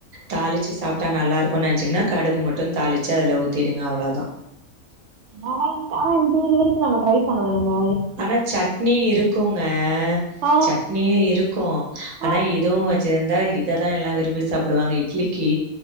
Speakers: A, on the right; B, on the right.
A: தாளிச்சு சாப்ட்டா நல்லா இருக்குன்னு நெனைச்சீங்கன்னா கடுகு மட்டு தாளிச்சு அதுல ஊத்திடுங்க அவ்ளதா
B: ஆ ஆனா இ இது வரைக்கு நாங்க ட்ரை பண்ணது இல்லுங்க
A: ஆனா சட்னி இருக்குக
B: ஆ
A: சட் னியு இருக்கு ஆனா
B: ஆமாங்களா?
A: இதுவு வச்சிருந்தா இத தா எல்லா விரும்பி சாப்டுவாங்க இட்லி கி